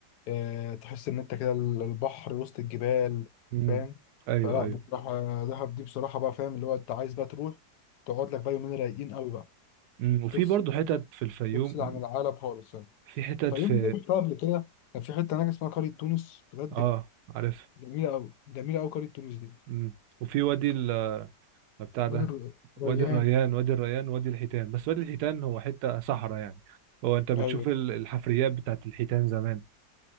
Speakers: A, on the left; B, on the right.
A: آه، تحس ان انت كده ال- البحر وسط الجبال
B: امم
A: فاهم
B: ايوه
A: فلا
B: ايوه
A: بصراحه دهب دي بصراحه بقى فاهم اللي هو انت عايز بقى تروح تقعد لك بقى يومين رايقين قوي بقى
B: أمم، وفي
A: تفصل
B: برضه حتت في الفيوم
A: تفصل عن العالم خالص يعني
B: في حتت
A: فيوم
B: في
A: دي رحتها قبل كده كان في حته هناك اسمها قريه تونس بجد
B: اه عارف
A: جميله قوي جميله قوي قريه تونس دي
B: أمم، وفي وادي ال... آه، بتاع ده
A: وادي الر-
B: وادي
A: الريان
B: الريان وادي الريان وادي الحيتان بس وادي الحيتان هو حتة صحراء يعني هو انت بتشوف
A: ايوه
B: ال- الحفريات بتاعت الحيتان زمان